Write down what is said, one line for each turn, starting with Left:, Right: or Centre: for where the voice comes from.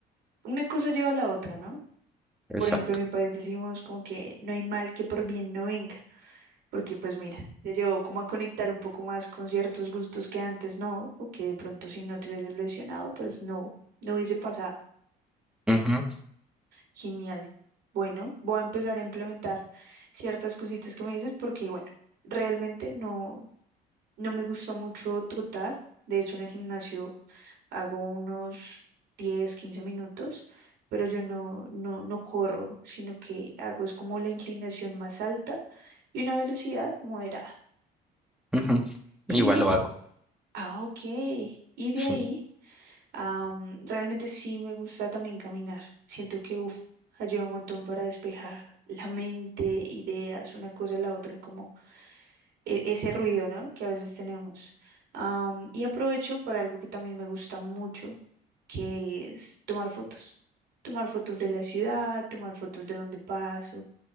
Right: una cosa lleva a la otra, ¿no?
Centre: exacto.
Right: Por ejemplo, en mi país decimos como que no hay mal que por bien no venga, porque pues mira, te llevó como a conectar un poco más con ciertos gustos que antes no, o que de pronto si no te hubieses lesionado, pues no, no hubiese pasado.
Centre: Ujú,
Right: Genial. Bueno, voy a empezar a implementar ciertas cositas que me dices porque, bueno, realmente no. No me gusta mucho trotar. De hecho, en el gimnasio hago unos 10, 15 minutos, pero yo no, no, no corro, sino que hago es como la inclinación más alta y una velocidad moderada.
Centre: ujú.
Right: Y,
Centre: Igual lo hago.
Right: ah, ok. Y de
Centre: Sí.
Right: ahí, am, realmente sí me gusta también caminar. Siento que, uf, ayuda un montón para despejar la mente, ideas, una cosa a la otra, como e- ese ruido, ¿no? Que a veces tenemos. Am, y aprovecho para algo que también me gusta mucho, que es tomar fotos. Tomar fotos de la ciudad, tomar fotos de donde paso,